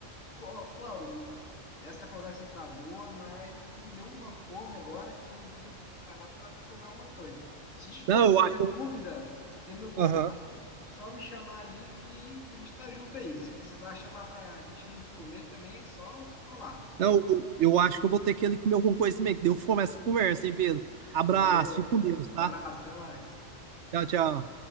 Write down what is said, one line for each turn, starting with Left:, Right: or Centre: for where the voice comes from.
Left: Co- Flauro, essa conversa tá boa, mas me deu uma fome agora que eu vou ter que parar para comer uma coisa. Se ficar
Right: Não,
Left: qualquer
Right: eu acho.
Left: dúvida, você tem meu contato,
Right: Aham.
Left: só me chamar ali que a gente tá junto aí. Se precisar chamar para a gente ir comer também, só falar.
Right: Não, eu acho que eu vou ter que ir ali comer alguma coisa mesmo, que deu fome essa conversa, hein, Pedro? Abraço,
Left: Valeu,
Right: fique com Deus, tá?
Left: abraço, até mais.
Right: Tchau, tchau.